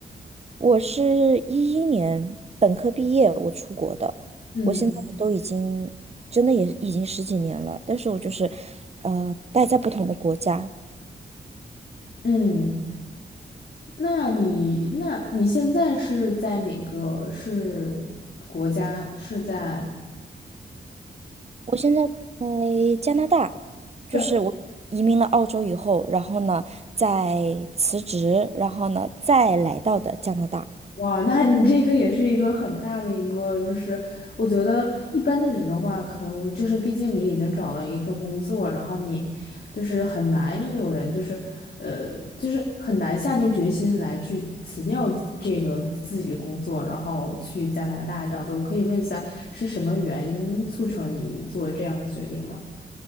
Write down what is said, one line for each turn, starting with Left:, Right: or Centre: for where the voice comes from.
Right: 我是一一年本科毕业，我出国的。
Left: 嗯
Right: 我现在都已经真的也已经十几年了，但是我就是呃待在不同的国家。
Left: 嗯。那你那你现在是在哪个是国家？是在
Right: 我现在在加拿大，就是我移民了澳洲以后，
Left: 对
Right: 然后呢，再辞职，然后呢，再来到的加拿大。
Left: 哇？那你这个也是一个很大的一个，就是我觉得一般的人的话，可能就是毕竟你已经找了一份工作，然后你就是很难有人就是呃，就是很难下定决心来去辞掉这个自己的工作，然后去加拿大这样子。我可以问一下，是什么原因促成你做这样的决定吗？